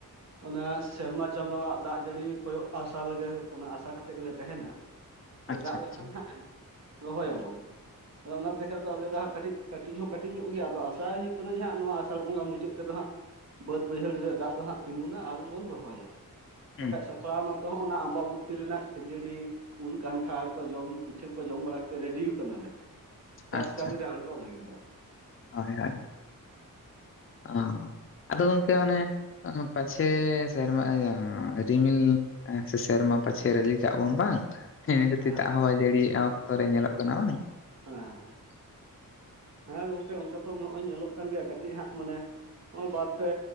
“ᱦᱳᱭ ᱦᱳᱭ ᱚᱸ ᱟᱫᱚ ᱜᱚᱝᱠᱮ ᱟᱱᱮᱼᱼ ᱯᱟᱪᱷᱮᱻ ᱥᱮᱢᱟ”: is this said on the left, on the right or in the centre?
Left